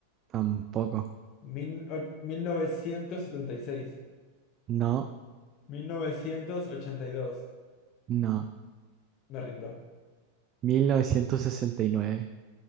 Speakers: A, on the right; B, on the left.
A: tampoco.
B: mil o- 1976,
A: No,
B: mil novecientos ochenta y dos
A: no.
B: Me rindo.
A: Mil novecientos sesenta y nueve.